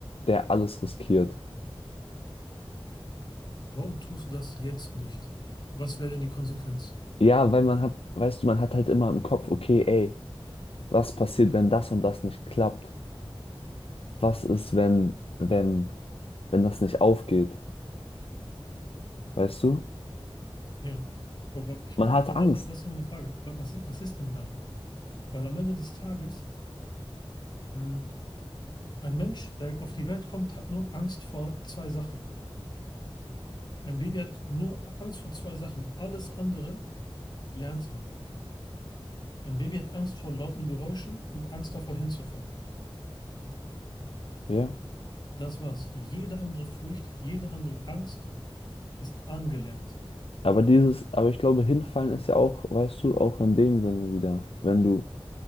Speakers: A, on the left; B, on the left.
A: der alles riskiert.
B: warum tust du das jetzt nicht? Was wäre denn die Konsequenz?
A: Ja, weil man hat, weißt du, man hat halt immer im Kopf, okay, ey, was passiert, wenn das und das nicht klappt? Was ist, wenn, wenn, wenn das nicht aufgeht? Weißt du?
B: Ja. Aber ich,
A: Man hat
B: da- da-
A: Angst,
B: das ist ja mal eine Frage. Wa- Was, ist- was ist denn dann? Weil am Ende des Tages, mh, ein Mensch, der auf die Welt kommt, hat nur Angst vor zwei Sachen. Ein Baby hat nur Angst vor zwei Sachen. Alles andere lernt man. Ein Baby hat Angst vor lauten Geräuschen und Angst davor hinzufallen.
A: ja.
B: Das war's. Jede andere Furcht, jede andere Angst ist angelernt.
A: Aber dieses, aber ich glaube, hinfallen ist ja auch, weißt du, auch in dem Sinne wieder, wenn du,